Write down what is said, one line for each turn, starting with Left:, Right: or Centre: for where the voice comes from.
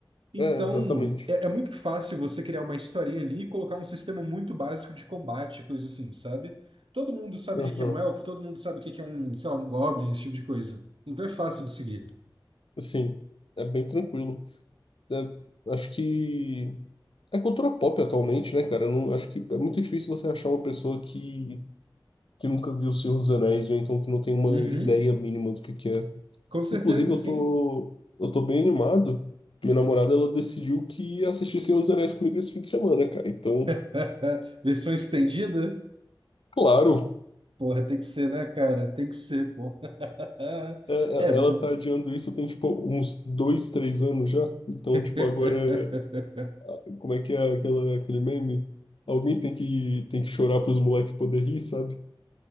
Right: Então,
Left: É, exatamente.
Right: é, é muito fácil você criar uma historinha ali e colocar um sistema muito básico de combate, coisa assim, sabe? Todo mundo sabe
Left: Uhum.
Right: o que que é um elfo, todo mundo sabe o que que é um, sei lá, um goblin, esse tipo de coisa. Então é fácil de seguir.
Left: Assim, é bem tranquilo. É, acho que é cultura pop atualmente, né, cara? Eu não, acho que é muito difícil você achar uma pessoa que, que nunca viu o Senhor dos Anéis ou então que não tem uma
Right: Uhum,
Left: ideia mínima do que que é
Right: com certeza,
Left: Inclusive, eu
Right: sim.
Left: tô, eu tô bem animado. Minha namorada, ela decidiu que ia assistir Senhor dos Anéis comigo esse fim de semana, cara. Então,
Right: <laughs> Versão estendida?
Left: claro,
Right: Porra, tem que ser, né, cara? Tem que ser, porra. <laughs>
Left: é- é-
Right: É, viu?
Left: ela tá adiando isso tem, tipo, uns dois, três anos já. Então,
Right: <laughs>
Left: tipo, agora, como é que é aquela, aquele meme? Alguém tem que, tem que chorar pros moleques poder rir, sabe?